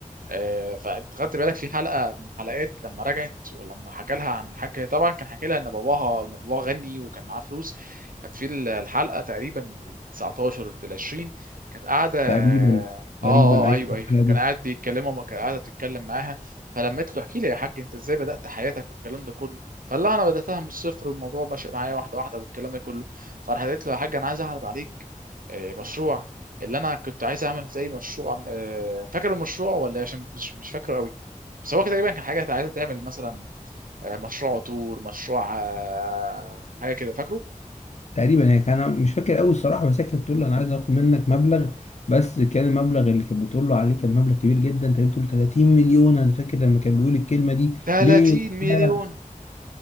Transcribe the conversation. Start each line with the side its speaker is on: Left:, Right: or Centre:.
Right: آه، فانت خدت بالك في حلقه من حلقات لما رجعت ولما حكى لها عن الحاج هي طبعا كان حكى لها ان باباها ان باباها غني وكان معاه فلوس كانت في الحلقه تقريبا ال 19 ال 20 كانت قاعده اه
Left: تقريبا
Right: اه
Left: تقريبا أيوة
Right: ايوه ايوه كان قاعد بيتكلموا ما كان قاعده تتكلم معاها فلما قلت له احكي لي يا حاج انت ازاي بدات حياتك والكلام ده كله فقال لها انا بداتها من الصفر والموضوع ماشي معايا واحده واحده والكلام ده كله فراح قالت له يا حاج انا عايز اعرض عليك آه، مشروع اللي انا كنت عايز اعمل زي مشروع آه، فاكر المشروع ولا إيه؟ عشان مش مش فاكره قوي بس هو كده تقريبا كان حاجه عايزه تعمل مثلا آه، مشروع عطور مشروع آه، حاجه كده فاكره
Left: تقريبا هي كان أنا مش فاكر قوي الصراحه بس هي كانت بتقول له انا عايز اخد منك مبلغ بس كان المبلغ اللي كانت بتقول له عليه كان مبلغ كبير جدا تقريبا بتقول له 30 مليون انا فاكر لما كان بيقول الكلمه دي
Right: 30
Left: ليه
Right: مليون
Left: وبتاع.